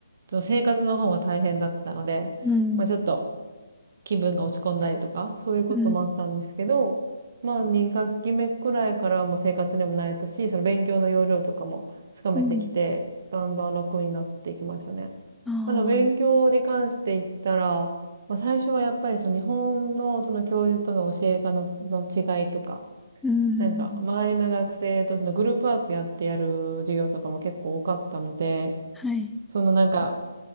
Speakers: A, on the right; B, in the centre.
A: その生活の方も大変だったので、
B: うん。
A: まあちょっと気分が落ち込んだりとか、そういうこともあったんですけど、
B: うん。
A: まあ2学期目くらいからはもう生活にも慣れたし、その勉強の要領とかもつかめてきて、
B: うん。
A: だんだん楽になっていきましたね。
B: ああ。
A: まあ、でも勉強に関して言ったら、まあ最初はやっぱりその日本のその教授との教え方の、の違いとか、
B: うん。
A: なんか周りの学生とそのグループワークやってやる授業とかも結構多かったので、
B: はい。
A: そのなんか、